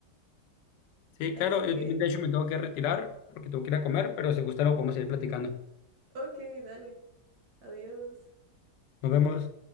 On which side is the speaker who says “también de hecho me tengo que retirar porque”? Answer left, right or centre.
Left